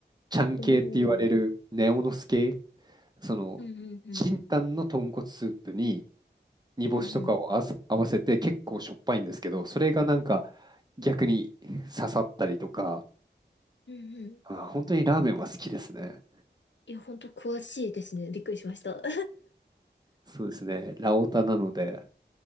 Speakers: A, on the right; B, on the left.
A: ちゃん系って言われるネオノス系、
B: おー。
A: その、
B: うんうんうん。
A: チンタンの豚骨スープに煮干しとかをあわせ合わせて結構しょっぱいんですけど、
B: うんうん。
A: それがなんか逆に刺さったりとか、
B: うんうん。
A: あ、本当にラーメンは好きですね。
B: いや、ほんと詳しいですね。びっくりしました。<laughs>
A: そうですね、ラオタなので。